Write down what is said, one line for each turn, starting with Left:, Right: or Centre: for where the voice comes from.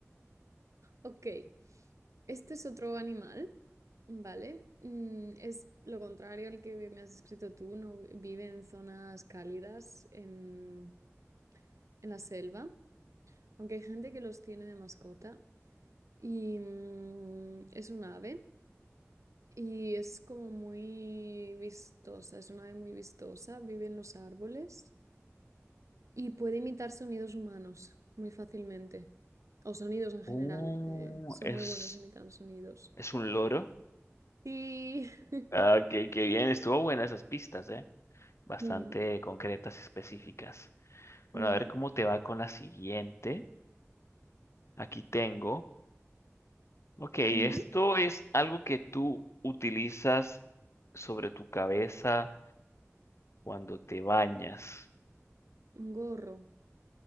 Right: Ok, este es otro animal, ¿vale? Mm, es lo contrario al que me has escrito tú, no vi- vive en zonas cálidas, en, en la selva, aunque hay gente que los tiene de mascota y mm, es un ave. Y es como muy vistosa, es una ave muy vistosa, vive en los árboles y puede imitar sonidos humanos muy fácilmente, o sonidos en general,
Left: Uh,
Right: eh, son
Left: es,
Right: muy buenos imitando sonidos.
Left: es un loro.
Right: Sí, <laughs>
Left: Ah, qué, qué bien, estuvo buena esas pistas, ¿eh? Bastante
Right: Mm,
Left: concretas, específicas. Bueno,
Right: mm,
Left: a ver cómo te va con la siguiente. Aquí tengo. Ok, esto
Right: ujú.
Left: es algo que tú utilizas sobre tu cabeza cuando te bañas.
Right: Un gorro.